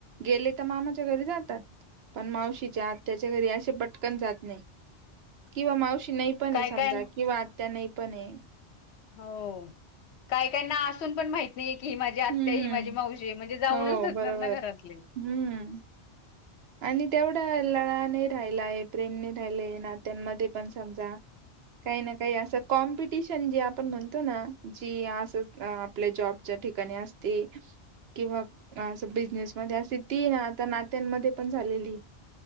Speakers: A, on the right (about 65°); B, on the left (about 70°).
A: गेले तर मामाच्या घरी जातात. पण मावशीच्या आत्याच्या घरी असे पटकन जात नाही. किंवा मावशी नाही पण
B: काय
A: आहे समजा
B: काय
A: किंवा आत्या नाही पण आहे.
B: हो काय काहीना असून पण माहिती क ही माझी आत्या
A: हम्म
B: ही माझी मावशी म्हणजे जाऊनच
A: हो
B: होेतणार
A: बरोबर
B: ना घरातले.
A: हम्म. आणि तेवढा लळा नाही राहिलाय प्रेम नाही राहिलाय नात्यांमध्ये पण समजा. काही ना काही असं कॉम्पिटिशन जे आपण म्हणतो ना जी असं. अ आपल्या जॉबच्या ठिकाणी असते. किंवा असं बिझनेसमध्येध्ये असे तीन आता नात्यांमध्ये पण झालेली.